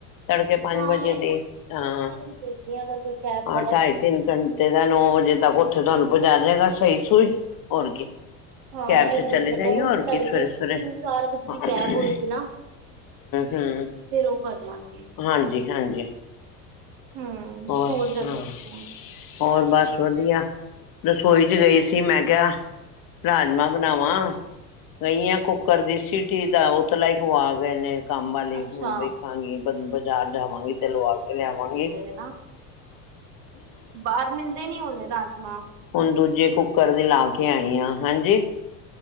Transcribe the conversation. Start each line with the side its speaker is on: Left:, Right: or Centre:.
Left: ਤੜਕੇ ਪੰਜ
Right: ਹਾਂ
Left: ਵਜੇ ਦੇ ਨਾਲ ਹਾਂ
Right: ਇਹੀ ਦੇਖਦੀ ਹਾਂ ਅਗਰ ਕੋਈ ਕੈਬ
Left: ਹਾਂ
Right: ਵਾਲਾ
Left: ਢਾਈ ਤਿੰਨ ਘੰਟੇ ਦਾ ਨੌ ਵਜੇ ਤੱਕ ਉੱਥੇ ਤੁਹਾਨੂੰ ਪਹੁਚਾ ਜਾਏਗਾ ਸਹੀ ਸੂਈ ਹੋਰ ਕੀ
Right: ਹਾਂ
Left: ਕੈਬ
Right: ਇਹ
Left: ਚ ਚਲੇ ਜਾਈਏ
Right: ਕਰ
Left: ਹੋਰ ਕੀ ਸਵੇਰੇ
Right: ਤਿੰਨ
Left: ਸਵੇਰੇ
Right: ਚਾਰ ਵਜੇ
Left: ਹਮ
Right: ਦੀ ਕੈਬ ਹੋਏਗੀ ਨਾ
Left: ਹਮ
Right: ਫਿਰ ਉਹ ਕਰ ਲਾਂਗੇ
Left: ਹਾਂਜੀ ਹਾਂਜੀ
Right: ਹਮ
Left: ਹੋਰ
Right: ਦੱਸੋ
Left: ਹਾਂ
Right: ਤੁਸੀਂ
Left: ਹੋਰ ਬਸ ਵਧੀਆ ਰਸੋਈ ਚ ਗਈ ਸੀ ।ਮੈਂ ਕਿਹਾ ਰਾਜਮਾਂ ਬਣਾਵਾਂ । ਗਈ ਆ ਕੁੱਕਰ ਦੀ ਸੀਟੀ ਦਾ ਉਤਲਾ ਹੀ ਗੁਆ ਗੇ ਨੇ। ਕੰਮ ਵਾਲੇ
Right: ਅੱਛਾ
Left: ਹੁਣ ਵੇਖਾਂਗੇ ਬਜ ਬਾਜ਼ਾਰ ਜਾਵਾਂਗੇ ਤੇ ਲਵਾ ਕੇ ਲਿਆਵਾਂਗੇ।
Right: ਦੇਣਾ। ਬਾਹਰ ਮਿਲਦੇ ਨੀ ਹੋਦੇ ਰਾਜਮਾ
Left: ਹੁਣ ਦੂਜੇ ਕੁੱਕਰ ਦੀ ਲਾ ਕੇ ਆਈ ਆਂ ਹਾਂਜੀ।